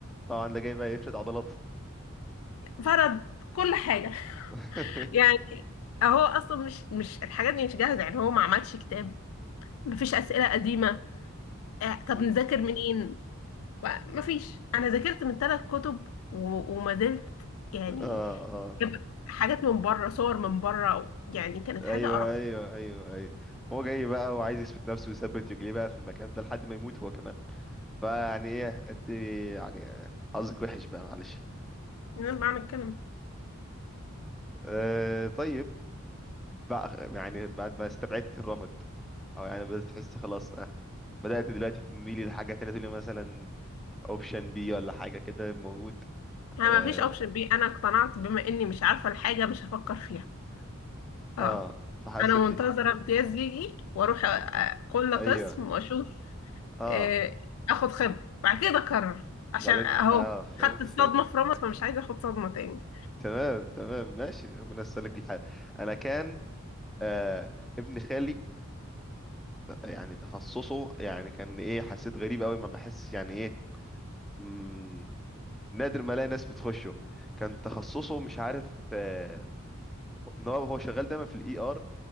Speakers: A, in the centre; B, on the left.
A: طبعا ده جاي بقى يفرد عضلاته
B: فرض كل حاجة
A: <laughs>
B: <laughs> يعني هو اصلا مش مش الحاجات دي مش جاهزة يعني هو ما عملش كتاب مفيش اسئلة قديمة آه، طب
A: أمم.
B: نذاكر منين و- مفيش انا ذاكرت من ثلاث كتب و- وما زلت يعني
A: اه اه
B: جايبة حاجات من بره صور من بره يعني كانت
A: ايوه
B: حاجة قرف
A: ايوه ايوه ايوه هو جاي بقى وعايز يثبت نفسه ويثبت رجليه بقى في المكان ده لحد ما يموت هو كمان فيعني ايه انت يعني حظك وحش بقى معلش
B: من بعمل الكلام
A: آه طيب بقى يعني بعد ما استبعدت الرمد او يعني بدأت تحس خلاص آه. بدأت دلوقتي تميلي لحاجة تانية تقولي مثلا اوبشن بي ولا حاجة كده موجود
B: انا
A: اه,
B: مفيش اوبشن بي انا اقتنعت بما اني مش عارفة الحاجة مش هفكر فيها اه
A: آه. فحاسة
B: انا
A: انت
B: منتظره امتياز يجي واروح أ- أ- كل
A: ايوه
B: قسم واشوف
A: اه
B: آه، اخد خبره بعد كده اقرر عشان
A: بعدين
B: اهو
A: اه فهمت
B: خدت الصدمه
A: فهمت
B: في رمض فمش عايزه اخد صدمه تاني
A: تمام تمام ماشي ربنا يسلك الحال انا كان آه ابن خالي يعني تخصصه يعني كان ايه حسيت غريب قوي ما بحس يعني ايه مم، نادر ما الاقي ناس بتخشه كان تخصصه مش عارف آه ان هو هو شغال دايما في الاي ار